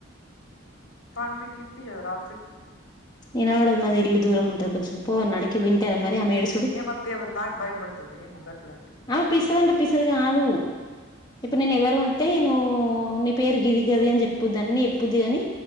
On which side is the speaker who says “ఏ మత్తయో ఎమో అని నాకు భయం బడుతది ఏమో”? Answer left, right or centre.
Left